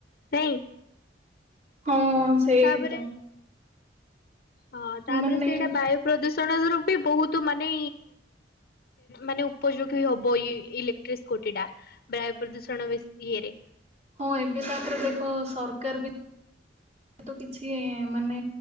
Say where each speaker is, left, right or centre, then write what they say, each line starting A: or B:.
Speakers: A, on the left (about 60°); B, on the right (about 45°).
A: ନାଇଁ।
B: ହଁ ସେଇ
A: ତାପରେ
B: ତ।
A: ହଁ ତାପରେ
B: ମାନେ
A: ସେଇଟା ବାୟୁ ପ୍ରଦୂଷଣ ର ବି ବହୁତ ମାନେ ମାନେ ଉପଯୋଗୀ ହବ ଇ ଇଲେକ୍ଟ୍ରିକ ସ୍କୁଟି ଟା ବାୟୁ ପ୍ରଦୂଷଣ ବେଶି ଇଏରେ।
B: ହଁ ଏବେ ତାପରେ ଦେଖ ସରକାର ବି ତ କିଛି ମାନେ